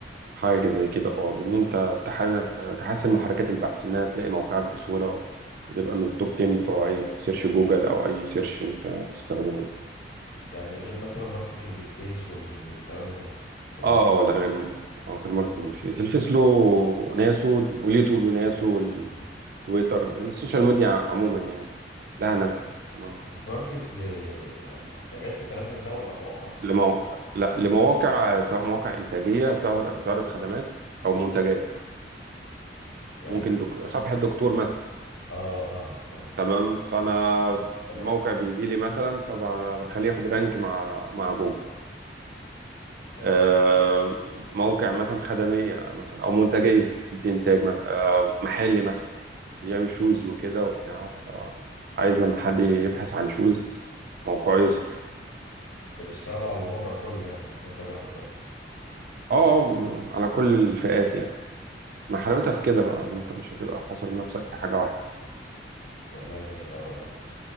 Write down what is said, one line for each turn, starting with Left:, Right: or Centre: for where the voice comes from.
Right: حاجه زي كده اه بان انت تح- تحسن محركات البحث انها تلاقي موقعك بسهوله وتبقى من التوب 10 بتوع ايه سيرش جوجل او اي سيرش انت بتستخدمه يعني.
Left: يعني غير مثلا ماركتنج الفيس وال... والكلام ده والكلمات
Right: اه اه لا غير م- آه، غير ماركتنج فيه الفيس له ناسه واليوتيوب له ناسه والتويتر
Left: ال-
Right: السوشيال ميديا عموما يعني لها
Left: بس
Right: ناسها تمام
Left: انت بتماركت ل يعني منتجات وكلام من ده ولا مواقع
Right: لمو... لا لمواقع سواء مواقع إنتاجية بتعر- بتعرض خدمات أو منتجات
Left: يعني
Right: ممكن
Left: انت
Right: دك... صفحة دكتور مثلا
Left: اه فاهمك فاهمك
Right: تمام فأنا
Left: تمام
Right: الموقع بيجي لي مثلا فبخليه ياخد رانك مع مع جوجل
Left: طب
Right: آه، موقع مثلا خدمية مثلا أو منتجية بتدي إنتاج مثلا آه، محلي مثلا بيعمل شوز وكده وبتاع عايز لما حد يبحث عن شوز موقعه يظهر
Left: بتشتغلوا على الموقع كله يعني مش منتج واحد بس
Right: اه آه، على كل الفئات يعني ما حلاوتها في كده بقى ان انت مش هتبقى حاصر نفسك في حاجة واحدة
Left: والله جامد قوي قوي